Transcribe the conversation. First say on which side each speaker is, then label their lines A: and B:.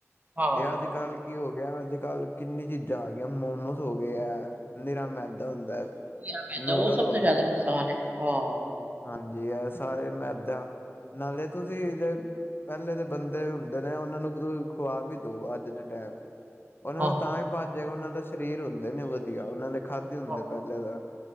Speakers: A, on the right; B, on the left.
A: ਹਾਂ,
B: ਤੇ ਅੱਜ ਕੱਲ ਕੀ ਹੋ ਗਿਆ ਅੱਜ ਕੱਲ੍ਹ ਕਿੰਨੀ ਚੀਜ਼ਾਂ ਆ ਗਈਆਂ ਮੋਮੋਸ ਹੋ ਗਏ ਆ ਨਿਰਾ ਮੈਦਾ ਹੁੰਦਾ ਹੈ।
A: ਨੀਰਾ ਮੈਂਦਾ,
B: ਨੂਡਲ
A: ਉਹ ਸਭ
B: ਹੋ
A: ਤੋਂ ਜ਼ਿਆਦਾ
B: ਗਏ
A: ਨੁਕਸਾਨ ਹੈ। ਹਾਂ
B: ਹਾਂਜੀ ਇਹ ਸਾਰੇ ਮੈਂਦਾ ਨਾਲੇ ਤੁਸੀਂ ਜੇ ਪਹਿਲੇ ਦੇ ਬੰਦੇ ਹੁੰਦੇ ਨੇ ਉਹਨਾਂ ਨੂੰ ਖੁਵਾ ਬੀ ਦਓ ਅੱਜ ਦੇ ਟਾਈਮ ਉਹਨਾਂ
A: ਹਾਂ,
B: ਨੂੰ ਤਾਂ ਹੀ ਭੱਜੇ ਉਹਨਾਂ ਦਾ ਸਰੀਰ ਹੁੰਦੇ ਨੇ ਵਧੀਆ ਉਹਨਾਂ ਨੇ ਖਾਧੇ ਹੁੰਦੇ
A: ਹਾਂ,
B: ਪਹਿਲੇ ਤਾਂ